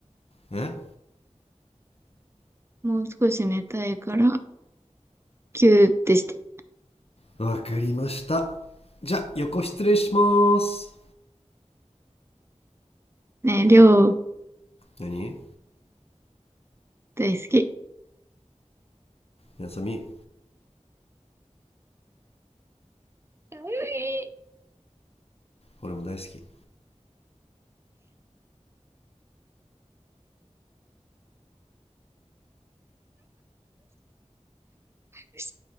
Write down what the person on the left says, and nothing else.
え
わかりました。じゃあ横失礼しまーす。
何
やさみ、
俺も大好き。